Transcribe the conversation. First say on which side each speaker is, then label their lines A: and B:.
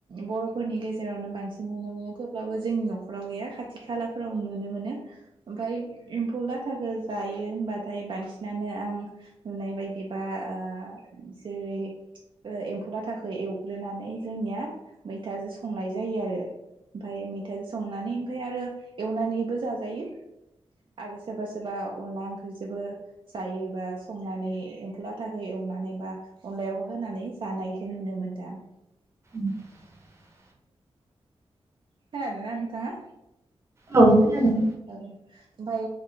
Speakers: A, on the right; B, on the right.
A: बर'फोरनि गेजेरावनो बांसिन नुनो मोनो थेवब्लाबो जोंनि न'खराव गैया खाथि खालाफोराव नुनो मोनो। ओमफाय एम्फौ लाथाखो जायो होनबाथाय बांसिनानो आं नुनाय बायदिबा ओ जेरै ओ एम्फौ लाथाखौ एवग्रोनानै जोंनिया मैथाजो संनाय जायो आरो। ओमफाय मैथाजो संनानै ओमफ्राय आरो एवनानैबो जाजायो आरो सोरबा सोरबा अनदला ओं जोबो जायोबा संनानै एम्फौ लाथाखौ एवनानै बा अनलायाव होनानै जानायखो नुनो मोनदां।
B: <inaudible>
A: खोनादों ना नोंथाङा।
B: औ खोनादों।
A: ओं ओमफाय